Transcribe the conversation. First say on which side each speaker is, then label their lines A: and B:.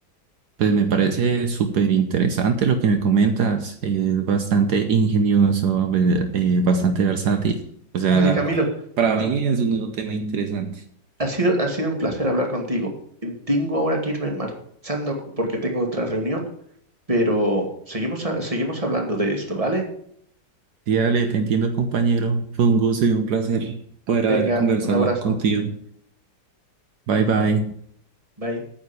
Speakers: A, on the right; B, on the right.
A: pues me parece súper interesante lo que me comentas. Es bastante ingenioso, ve- eh, bastante versátil. O sea,
B: Oye, Camilo,
A: para
B: t-
A: mí es un nuevo tema interesante.
B: ha sido, ha sido un placer hablar contigo. Eh, Tengo ahora que irme marchando c- porque tengo otra reunión, pero seguimos, a- seguimos hablando de esto, ¿vale?
A: Sí, dale, te entiendo, compañero. Fue un gusto y un placer poder
B: Venga,
A: haber conversado
B: un abrazo.
A: contigo. Bye, bye.
B: Bye.